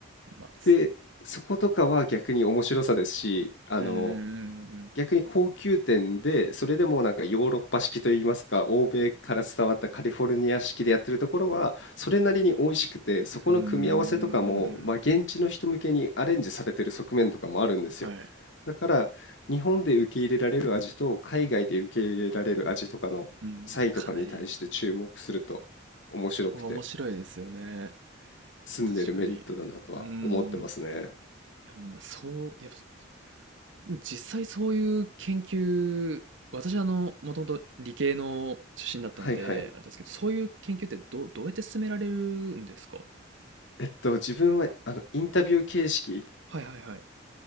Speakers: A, on the right; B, on the left.
A: ま、す
B: でそことかは逆に面白さですしあの
A: うんうんうんうんうん。
B: 逆に高級店で、それでもなんかヨーロッパ式といいますか、欧米から伝わったカリフォルニア式でやってるところは、それなりに美味しくて、そこの組み合わせとかも、
A: うんうんうん
B: まあ、現地の人向けにアレンジされてる側面とかもあるんですよ。
A: えーはいはいはいはいまず <laughs> はいまずうんうんうんうんうんうんはい
B: だから、日本で受け入れられる味と、海外で受け入れられる味とかの差異とかに対して注目すると、
A: うんかなり、
B: 面白くて、
A: そこは面白いですよね。
B: 住んでるメリットだなとは思ってますね。
A: 確かに。うーん。いや、まあ、そう、やっぱ、実際そういう研究、私あの、もともと理系の出身だったので、
B: はいはい。
A: あれですけど、そういう研究ってどどうやって進められるんですか？
B: えっと、自分はあのインタビュー形式
A: はいはいはい。